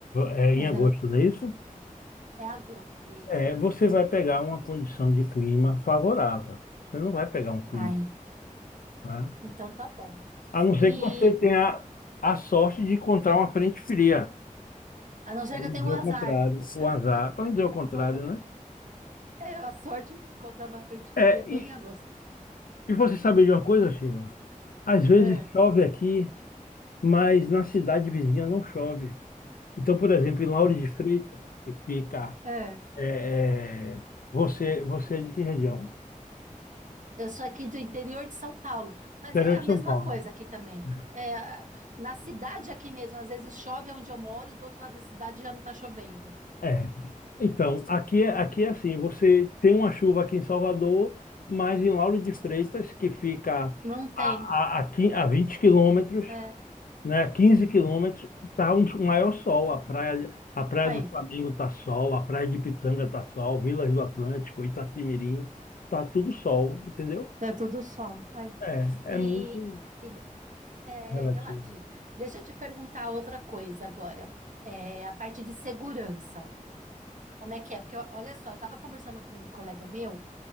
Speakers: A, on the left; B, on the right.
A: É, em
B: aham.
A: agosto, não é isso?
B: É agosto isso.
A: É, você vai pegar uma condição de clima favorável. Você não vai pegar um clima
B: Ai,
A: né?
B: então tá bom.
A: A não ser
B: E
A: que você tenha a sorte de encontrar uma frente fria,
B: a não ser
A: para
B: que
A: não
B: eu tenha
A: dizer
B: um azar.
A: o contrário, o azar, para
B: <laughs>
A: não dizer o contrário,
B: É igual, mas
A: né?
B: é a sorte de encontrar uma frente
A: É,
B: fria bem
A: e,
B: em agosto.
A: e você sabe de uma coisa, Sheila? Às vezes
B: É,
A: chove aqui, mas na cidade vizinha não chove. Então, por exemplo, em Lauro de Freitas, que fica.
B: é, é.
A: é, é, você, você é de que região?
B: Eu sou aqui do interior de São Paulo, mas
A: Interior
B: é a
A: de
B: mesma
A: São Paulo.
B: coisa aqui também.
A: É.
B: É, a- na cidade aqui mesmo, às vezes chove onde eu moro e do outro lado da cidade já não tá chovendo.
A: É. Então, aqui é, aqui é assim, você tem uma chuva aqui em Salvador, mas em Lauro de Freitas, que fica
B: Não tem.
A: a, a, a, quin- a 20 quilômetros,
B: É.
A: né, 15 quilômetros, tá um, um maior sol. A praia, a praia
B: Aí,
A: do Flamengo tá sol, a praia de Pitanga tá sol, Vilas do Atlântico, Itacimirim, tá tudo sol, entendeu?
B: tá tudo sol. Aí.
A: É, é
B: E,
A: muito
B: e de- é
A: relativo.
B: relativo. Deixa eu te perguntar outra coisa agora. É a parte de segurança. Como é que é? Porque ó, olha só, eu tava conversando com um colega meu